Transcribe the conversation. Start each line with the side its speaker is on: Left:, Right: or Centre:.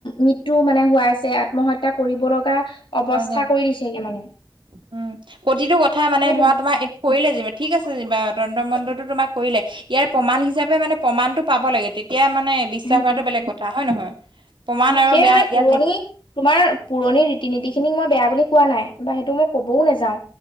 Left: ম টো মানে হুৱাইছে আত্মহত্যা কৰিব লগা অৱস্থা
Right: হয় হয়
Left: কৰি দিছেগে মানে
Right: উম প্ৰতিটো কথা মানে
Left: সেইটোৱে
Right: ধৰা তোমাৰ কৰিলে যিবা ঠিক আছে যিবা তণ্ন্দ্ৰ মণ্ডতো তোমাক কৰিলে ইয়াৰ প্ৰমাণ হিচাপে মানে প্ৰমাণটো পাব লাগে তেতিয়া মানে বিশ্বাস
Left: সেইটোৱে
Right: হটো বেলেগ কথা হয় নহয় প্ৰমাণ আৰু
Left: সেই
Right: বেয়া
Left: মানে
Right: ইয়াতি
Left: পুৰণি তোমাৰ পুৰণি ৰীতি নীতি খিনিক মই বেয়া বুলি কোৱা নাই বা সেইটো মই ক'বও নাযাও